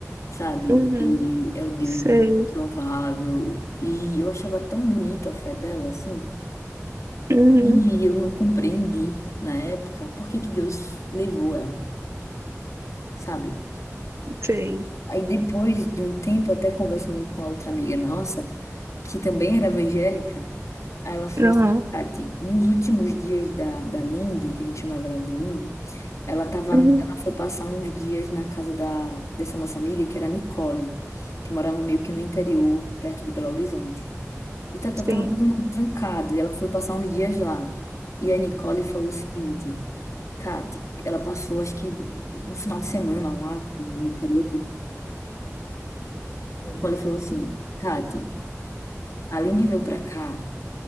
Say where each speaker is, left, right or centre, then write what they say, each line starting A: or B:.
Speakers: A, on the left; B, on the right.
A: sabe?
B: uhum,
A: E é o Deus
B: sei,
A: do improvável. E eu achava tão bonita a fé dela, assim.
B: uhum,
A: E eu não compreendi na época por que que Deus levou ela, sabe?
B: sei,
A: Aí depois de um tempo, até conversando com a outra amiga nossa, que também era evangélica, aí ela falou
B: não,
A: assim, Tati, nos últimos dias da, da Lindy, que a gente chamava ela de Lindy, ela tava,
B: uhum,
A: ela foi passar uns dias na casa da, dessa nossa amiga, que era a Nicole, que morava meio que no interior, perto de Belo Horizonte. E tava,
B: sim.
A: tava todo mundo trancado. E ela foi passar uns dias lá. E a Nicole falou o seguinte: Kate, ela passou acho que um final de semana lá com- no interior. A Nicole falou assim: Kate, além de vir pra cá,